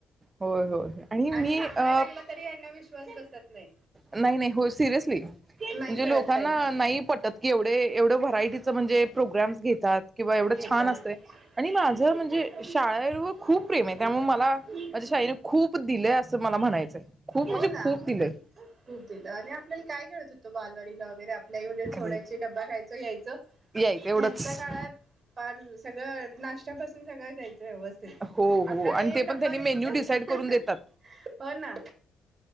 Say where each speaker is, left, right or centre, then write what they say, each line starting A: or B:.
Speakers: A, on the right; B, on the right.
A: होय होय आणि मी
B: सांगायला
A: अ
B: लागलं तरी यांना विश्वास बसत नाही
A: नाही नाही हो सिरियसली
B: नाही
A: म्हणजे
B: कळत
A: लोकांना
B: काहीच
A: नाही पटत कि एवढे एवढं व्हरायटीच म्हणजे प्रोग्राम घेतात किंवा एवढं
B: घे
A: छान
B: तर
A: असत ये आणि माझ
B: बिस्किट
A: म्हणजे
B: काय ठेवा
A: शाळेवर
B: बिस्किट
A: खूप प्रेम आहे
B: खायचं?
A: त्यामुळे मला
B: ठीक आहे.
A: माझ्या शाळेने खूप दिलंय असं मला म्हणायचंय खूप म्हणजे
B: हो ना
A: खूप दिलंय
B: खूप दिलं आणि आपल्याला काय कळत बालवाडीला वगैरे आप आपले आईवडील सोडायचे
A: काही
B: डब्बा खायच यायचं
A: यायचं
B: ह्यांच्या
A: एवढंच
B: काळात फार सगळं नाश्त्यापासून सगळं द्यायचं व्यवस्थित
A: हो हो
B: आपल्याला
A: आणि
B: एक
A: ते पण
B: डब्बा
A: त्यांनी
B: द्यायचय
A: मेन्यू डिसाईड करून देतात
B: हो ना